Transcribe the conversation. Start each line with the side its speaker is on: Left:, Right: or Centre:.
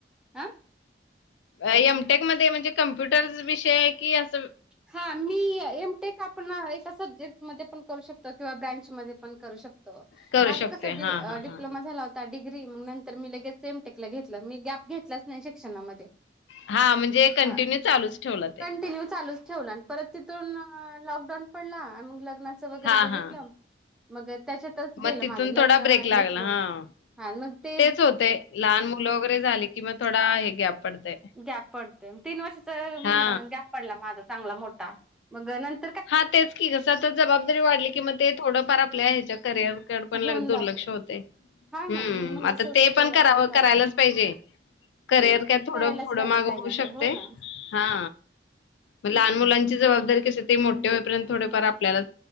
Centre: आ
Left: एमटेक मध्ये म्हणजे कम्प्युटर विषय की अस
Centre: हा मी, एमटेक आपण एका सब्जेक्ट मध्ये पण करू शकतो. किंवा ब्रँच मध्ये पण करू शकतो.
Left: करू
Centre: म
Left: शकतोय
Centre: आता कस डी
Left: हा हा हा
Centre: डिप्लोमा झाला होता. डिग्री मग नंतर मी लगेच एमटेकला घेतल. मी गॅप घेतलाच नाही शिक्षणामध्ये.
Left: हा म्हणजे कंटिन्यू
Centre: हा
Left: चालूच ठेवल ते.
Centre: कंटिन्यू चालूच ठेवला. आणि परत तिथून लॉकडाऊन पडला आणि मग लग्ना च वैगरे
Left: हा
Centre: बघितल.
Left: हा
Centre: मग त्याच्यातच
Left: मग
Centre: गेल
Left: तिथून
Centre: माझ. लग्न
Left: थोडा ब्रेक लागला
Centre: लेकर
Left: हा
Centre: हा मग ते
Left: तेच होतय, लहान मुल वगैरे झाली कि म थोडा हे गॅप पडतय.
Centre: गॅप पडतय मग तीन वर्षाच
Left: हा
Centre: गॅप पडला माझा चांगला मोठा. मग नंत
Left: हा तेच की ग, कस आता जबाबदारी वाढली की मग ते थोडफार आपल्या हेच्या करिअरकड पण
Centre: होऊन
Left: लगेच दुर्लक्ष
Centre: जाते.
Left: होतय.
Centre: हा ना
Left: हम्म,
Centre: मग म्हणलं
Left: आता
Centre: शेवटी
Left: ते पण कराव
Centre: आपलं करावं
Left: करायलाच पाहिजे. करिअर काय थोड
Centre: करायलाच
Left: पुढ
Centre: पाहिजे
Left: माग
Centre: काही
Left: होऊ
Centre: ना काही
Left: शकतय.
Centre: हो ना
Left: हा मग लहान मुलांची जबाबदारी कशी ते मोठे होईपर्यंत थोडेफार आपल्यालाच